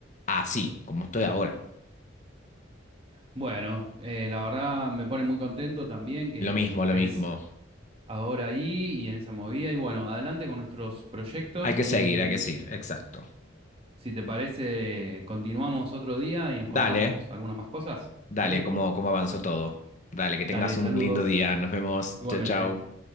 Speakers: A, on the left; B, on the right.
A: así, como estoy ahora.
B: Bueno, eh, la verdad me pone muy contento también que,
A: Lo mismo,
B: que estés
A: lo mismo.
B: ahora ahí y en esa movida. Y bueno, adelante con nuestros proyectos
A: Hay que
B: y
A: seguir, hay que seguir. Exacto.
B: si te parece, continuamos otro día y nos
A: Dale,
B: contamos algunas más cosas,
A: dale,
B: ¿vale?
A: cómo, cómo avanzó todo. Dale, que tengas
B: Dale, saludos,
A: un lindo día. Nos vemos.
B: igualmente.
A: Chao, chao.